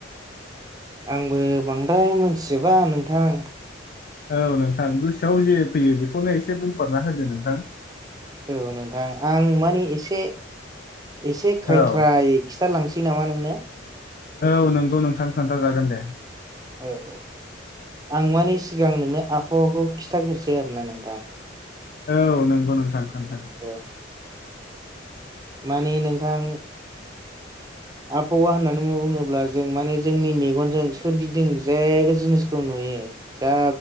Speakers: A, on the right; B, on the left.
A: आंबो बांद्राय मोनथिजोबा नोंथां।
B: औ नोंथां गोसोआव जे फैयो बेखौनो एसे बुंफोरना होदो नोंथां।
A: औ नोंथां आं माने एसे एसे खायथ्रायै
B: औ
A: खिन्थालांसै नामा नोंनो?
B: औ नोंगौ नोंसां खोन्थाजागोन दे
A: औ आं माने सिगां नोंनो आबहावाखौ खिथाग्रोनोसै आरोना नोंथां।
B: औ नोंगौ नोंथां खोन्थादों।
A: द <unintelligible> माने नोंथां आबहावा होननानै बुङोब्ला जों माने जोंनि मेगनजों सोरगिदिं जे जिनिसखौ नुयो। जा